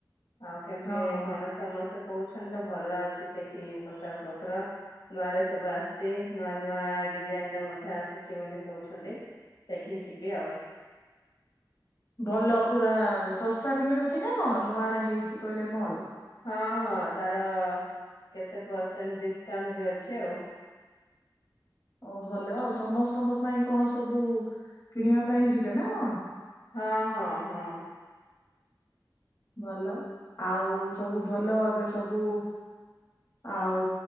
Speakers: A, on the left (about 80°); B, on the left (about 45°).
A: ଆଉ କେମିତି
B: ହଁ ହଁ
A: କଣ
B: ହଁ।
A: ସମସ୍ତେ କହୁଛଛନ୍ତି ତ ଭଲ ଅଛି ସେଇଠି ପୋଷାକ ପତ୍ର। ନୂଆରେ ସବୁ ଆସିଛି, ନୂଆ ନୂଆ ଡିଜାଇନ ର ମଧ୍ୟ ଆସିଛି ବୋଲି କହୁଛନ୍ତି। ସେଠିକି ଯିବି ଆଉ।
B: ଭଲ ପୁରା ଶସ୍ତାରେ ମିଳୁଛି ନା କଣ ନୂଆରେ ହେଇଛି କହିଲେ ମଲ୍।
A: ହଁ ହଁ ତାର କେତେ ପରସେଣ୍ଟ ଡିସ୍କାଉଣ୍ଟ ବି ଅଛି ଆଉ।
B: ଓ ଭଲ ଆଉ, ସମସ୍ତଙ୍କ ପାଇଁ କଣ ସବୁ କିଣିବା ପାଇଁ ଯିବେ ନା କଣ?
A: ହଁ ହଁ ହଁ।
B: ଭଲ, ଆଉ ସବୁ ଭଲ ଏବେ ସବୁ ଆଉ